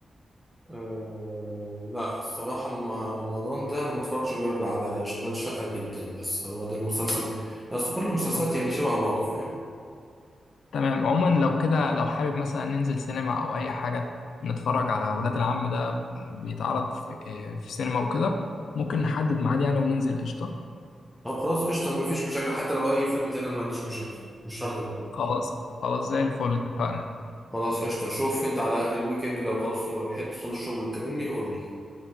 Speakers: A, in the centre; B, on the left.
A: آه، لا الصراحة أنا ما- رمضان ده أنا ما اتفرجتش غير على أشغال شقة جدا بس هو ده المسلسل أصل كل المسلسلات
B: آه.
A: يعني شبه بعض فاهم
B: تمام عموما لو كده لو حابب مثلا ننزل سينما او اي حاجه نتفرج على ولاد العم ده بيتعرض في, آه، في سينما وكده ممكن نحدد ميعاد يعني وننزل قشطه
A: طب خلاص قشطة مفيش مشاكل حتى لو أي فيلم تاني أنا ما عنديش مشاكل مش شرط ده
B: خلاص خلاص زي الفل اتفقنا
A: خلاص قشطة شوف أنت على آخر الويك إند لو خلاص لو لحقت خلص شغل وتكلمني قول لي